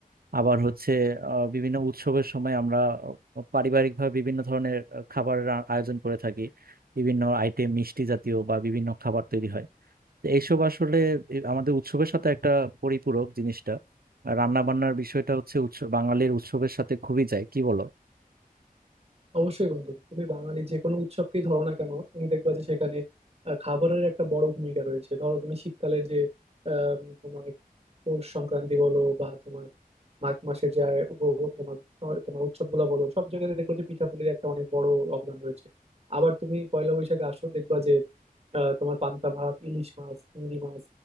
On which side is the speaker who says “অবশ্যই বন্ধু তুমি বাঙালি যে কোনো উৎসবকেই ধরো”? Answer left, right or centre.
Right